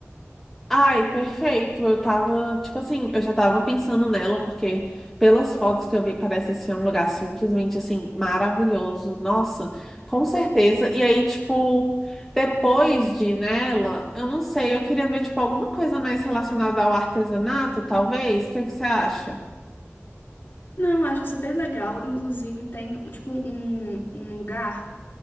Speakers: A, in the centre; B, on the left.
A: Ai, perfeito. Eu tava, tipo assim, eu já tava pensando nela, porque pelas fotos que eu vi, parece ser um lugar simplesmente assim, maravilhoso. Nossa, com certeza. E aí, tipo, depois de ir nela, eu não sei, eu queria ver, tipo, alguma coisa mais relacionada ao artesanato, talvez. O que que você acha?
B: Não, eu acho super legal. Inclusive, tem, tipo, um, um lugar